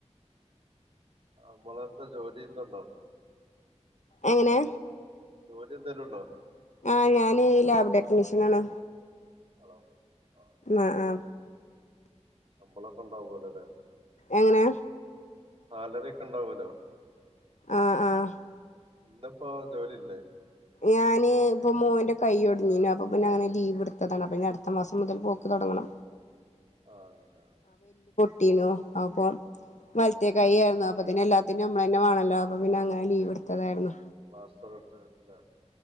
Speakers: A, on the right; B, on the left.
A: നമ്മളെന്താ ജോലി ചെയ്യുന്നുണ്ടോ
B: എങ്ങനെ
A: ജോലി എന്തേലും ഉണ്ടോ
B: ആ ഞാൻ ലാബ് ടെക്നീഷ്യൻ ആണ്
A: ആണോ ആഹ്
B: ആ അ
A: ശമ്പളൊക്കെ ഉണ്ടാവോലല്ലെ
B: എങ്ങനെ
A: സാലറി ഒക്കെ ഉണ്ടാവോലോ
B: ആ ആ
A: ഇന്നിപ്പോ ജോലിയില്ലേ
B: ഞാൻ ഇപ്പോൾ മോൻ്റെ കൈ ഒടിഞ്ഞിനു അപ്പോ പിന്നെ അങ്ങനെ ലീവ് എടുത്തതാണ് അപ്പം പിന്ന അടുത്തമാസം മുതൽക്ക് പോക്ക് തുടങ്ങണം
A: ആ അങ്ങനെ
B: ട്ടീനു അപ്പോ വല് വലത്തെ കൈ ആയിരുന്നു അപ്പ തന്നെ എല്ലാത്തിനും നമ്മൾ തന്നെവേണല്ലോ അപ്പോൾ പിന്നെ അങ്ങനെ ലീവ എടുത്തതായിരുന്നു
A: പ്ലാസ്റ്ററിട്ടു അല്ലേ